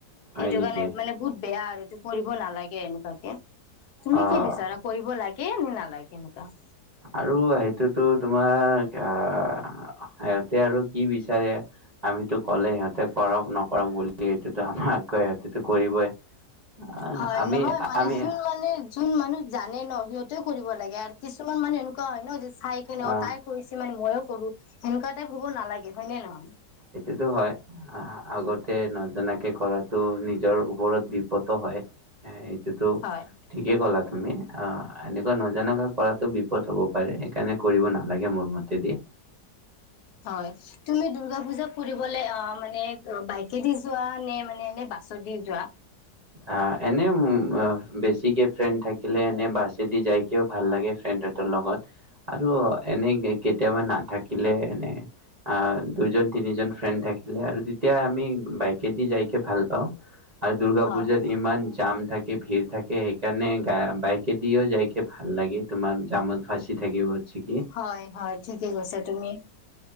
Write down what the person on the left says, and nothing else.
সেইটো
কাৰণে মানে বহুত বেয়া আৰু টো কৰিব নালাগে এনেকুৱাকে তুমি
কি বিচৰা কৰিব লাগে একেই মোৰ নালাগে এনেুৱা
হয়
নহয় মানে
যোন মানে যোন মানুহ জানে ন সিহঁতেও কৰিব লাগে আৰু কিছুমান মানুহ এনেকুৱা হয় ন চাই কিনে
তাই কৰিছে মানে মইো কৰো সেনেকুৱা টাইপ হ'ব নালাগে হয় নে নহয়
হয়
হয় তুমি দুৰ্গা পূজা ফুৰিবলে অ মানে বাইকেদি যোৱা নে মানে এ বাছত দি যোৱা
হয়
হয় হয় ঠিকে কৈছা তুমি